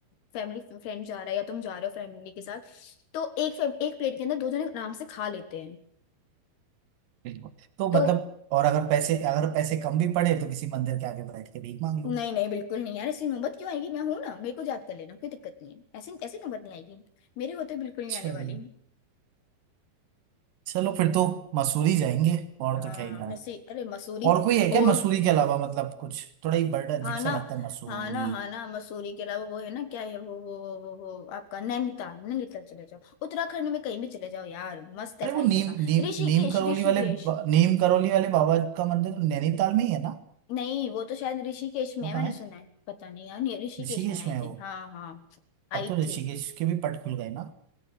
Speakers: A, on the left (about 65°); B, on the right (about 65°).
A: फैमिली फ्रेंड जा रहा है या तुम जा रहे हो फैमिली के साथ तो एक फैम- एक प्लेट के अंदर दो जने आराम से खा लेते हैं
B: बिल्कुल तो
A: तो
B: मतलब और अगर पैसे अगर पैसे कम भी पड़े तो किसी मंदिर के आगे बैठ के भीख मांग लूँ
A: नहीं नहीं बिल्कुल नहीं यार ऐसी नौबत क्यों आएगी मैं हूं ना मेरे को याद कर लेना कोई दिक्कत नहीं है ऐसी ऐसी नौबत नहीं आएगी मेरे को तो बिल्कुल नहीं
B: चलिए
A: आने वाली
B: चलो फिर तो मसूरी जाएंगे और
A: हाँ
B: तो क्या ही जाए
A: वैसे अरे मसूरी
B: और कोई है क्या
A: और
B: मसूरी
A: कोई
B: के
A: भी
B: अलावा मतलब कुछ थोड़ा ही बड़ा अजीब
A: हाँ
B: सा
A: ना
B: लगता है मसूरी
A: हाँ ना हाँ ना मसूरी के अलावा वो है ना क्या है वो वो वो वो वो आपका नैनीताल नैनीताल चले जाओ उत्तराखंड में कहीं भी चले जाओ यार मस्त है
B: अरे
A: सारी
B: वो नीम
A: जगह
B: नीम
A: ऋषिकेश
B: नीम करोली
A: ऋषिकेश
B: वाले बा- नीम करोली वाले बाबा का मंदिर तो नैनीताल में ही है ना
A: नहीं वो तो शायद ऋषिकेश में
B: वो
A: है
B: कहाँ
A: मैंने
B: है
A: सुना है पता नहीं यार नहीं, ऋषिकेश
B: ऋषिकेश
A: में आई
B: में है
A: थिंक
B: वो
A: हाँ हाँ आई
B: अब तो ऋषिकेश
A: थिंक
B: के भी पट खुल गए ना